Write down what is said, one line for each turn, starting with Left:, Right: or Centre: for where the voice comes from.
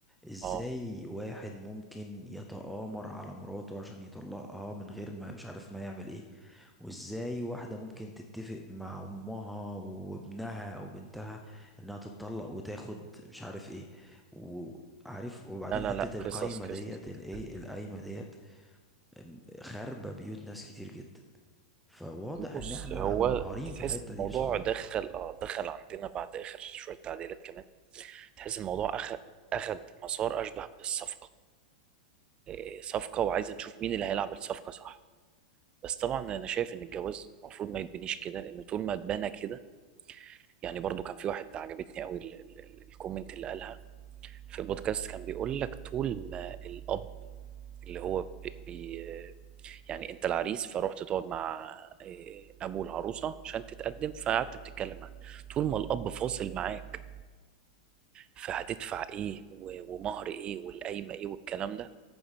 Centre: ازاي
Right: اه
Centre: واحد ممكن يتآمر على مراته عشان يطلقها من غير ما مش عارف ما يعمل ايه وازاي واحدة ممكن تتفق مع امها وابنها او بنتها انها تتطلق وتاخد مش عارف ايه وعارف وبعدين
Right: لا لا
Centre: حتة
Right: لا
Centre: القايمة
Right: قصص قصص
Centre: ديت
Right: كتير
Centre: الايه القايمة ديت أم، خاربة بيوت ناس كتير جدا فواضح ان
Right: بص
Centre: احنا
Right: هو
Centre: منهارين
Right: انت تحس
Centre: في الحتة
Right: ان الموضوع
Centre: دي بسرعة
Right: دخل اه دخل عندنا بعد اخر شويه تعديلات كمان تحس الموضوع اخد اخد مسار اشبه بالصفقه إيه، صفقه وعايز نشوف مين اللي هيلعب الصفقه صح بس طبعا انا شايف ان الجواز المفروض ما يتبنيش كده لان طول ما اتبنى كده يعني برضو كان في واحد عجبتني قوي ال- ال- ال- الكومنت اللي قالها في البودكاست كان بيقول لك طول ما الاب اللي هو بي بي يعني انت العريس فروحت تقعد مع إيه، ابو العروسه عشان تتقدم فقعدت بتتكلم معاه طول ما الاب فاصل معاك فهتدفع ايه و- ومهر ايه والقايمه ايه والكلام ده